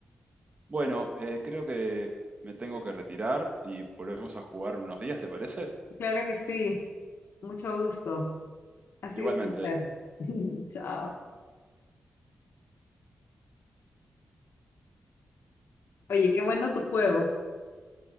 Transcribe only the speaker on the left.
claro que sí. Mucho gusto. Ha sido
un placer. <laughs> Chao. Oye, qué bueno tu juego.